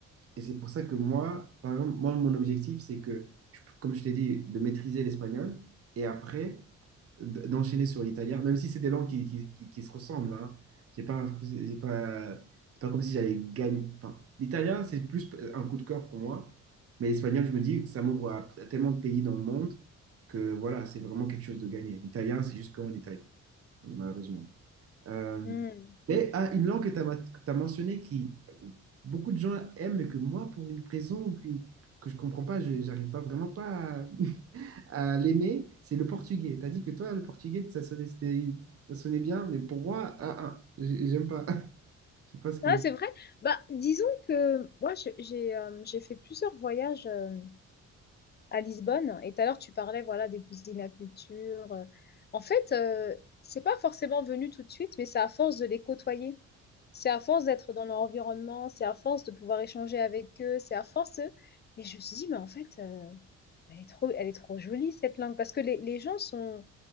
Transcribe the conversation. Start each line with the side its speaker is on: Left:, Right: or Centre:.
Right: et c'est pour ça que moi, par exemple, moi, mon objectif, c'est que, je- comme je t'ai dit, de maîtriser l'espagnol. Et après, d'enchaîner sur l'italien, même si c'est des langues qui, qui, qui, qui se ressemblent. Hein. J'ai pas, un- j'ai pas, c'est pas comme si j'allais gagner. Enfin, l'italien, c'est plus un coup de cœur pour moi, mais l'espagnol, je me dis, ça m'ouvre à, à tellement de pays dans le monde que voilà, c'est vraiment quelque chose de gagné. L'italien, c'est juste qu'en Italie, malheureusement. Euh,
Left: Mm.
Right: mais ah, une langue que tu as, mentionnée qui beaucoup de gens aiment, mais que moi, pour une raison que, que je comprends pas, je j'arrive pas vraiment pas à l'aimer, c'est le portugais. T'as dit que toi, le portugais, ça sonnait, c'était- ça sonnait bien, mais pour moi, ah, ah, j'ai- j'aime pas. <laughs> Je sais pas ce que.
Left: Ah, c'est vrai. Bah, disons que moi, je- j'ai euh, j'ai fait plusieurs voyages. euh, à Lisbonne. Et tout à l'heure, tu parlais voilà, des poussinacutures. En fait, euh, c'est pas forcément venu tout de suite, mais c'est à force de les côtoyer. C'est à force d'être dans leur environnement, c'est à force de pouvoir échanger avec eux, c'est à force. de- Et je me suis dit, mais en fait, euh, elle est trop, elle est trop jolie cette langue. Parce que les, les gens sont,